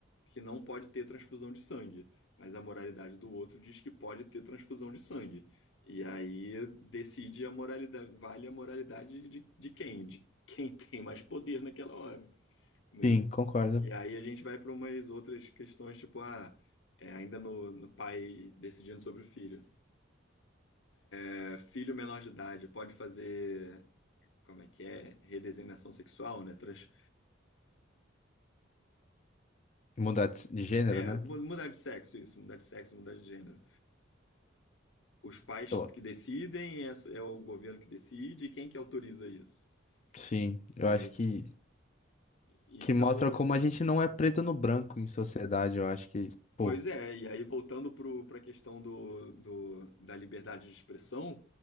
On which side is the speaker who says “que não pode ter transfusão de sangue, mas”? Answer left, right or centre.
Left